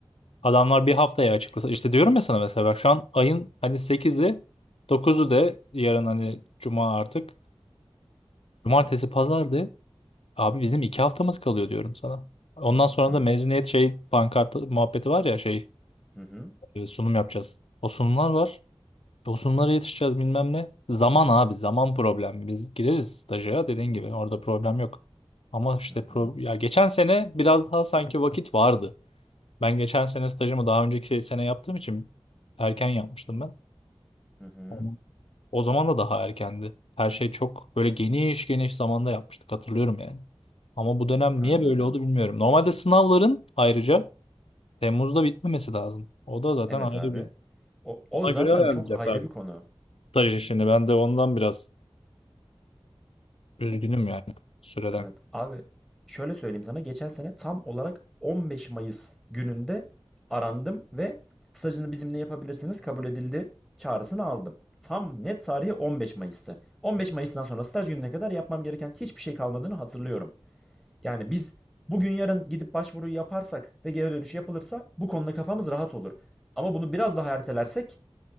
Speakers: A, on the left (about 75°); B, in the centre.
A: Adamlar bir haftaya açıklasa işte diyorum ya sana mesela ben şu an ayın hani sekizi, dokuzu de yarın hani cuma artık Cumartesi pazardı. Abi bizim iki haftamız kalıyor diyorum sana. Ondan sonra
B: Evet.
A: da mezuniyet şey pankart muhabbeti var ya şey
B: Hı hı.
A: e, sunum yapacağız. O sunumlar var. O sunumlara yetişeceğiz bilmem ne. Zaman abi zaman problem. Biz gireriz staja dediğin gibi orada problem yok. Ama işte
B: Hı
A: pro
B: hı.
A: ya geçen sene biraz daha sanki vakit vardı. Ben geçen sene stajımı daha önceki sene yaptığım için erken yapmıştım
B: Hı hı.
A: ben. O zaman da daha erkendi. Her şey çok böyle geniş geniş zamanda yapmıştık hatırlıyorum yani. Ama bu dönem
B: Anladım.
A: niye böyle oldu bilmiyorum. Normalde sınavların ayrıca Temmuz'da bitmemesi lazım. O da zaten
B: Evet
A: ayrı
B: abi.
A: bir.
B: O, o
A: Ona
B: zaten
A: göre ayarlayacaklardı.
B: çok ayrı bir konu.
A: Staj işini ben de ondan biraz üzgünüm yani süreden.
B: Evet abi şöyle söyleyeyim sana geçen sene tam olarak 15 Mayıs gününde arandım ve stajını bizimle yapabilirsiniz kabul edildi çağrısını aldım. Tam net tarihi 15 Mayıs'tı. 15 Mayıs'tan sonra staj gününe kadar yapmam gereken hiçbir şey kalmadığını hatırlıyorum. Yani biz bugün yarın gidip başvuruyu yaparsak ve geri dönüş yapılırsa bu konuda kafamız rahat olur. Ama bunu biraz daha ertelersek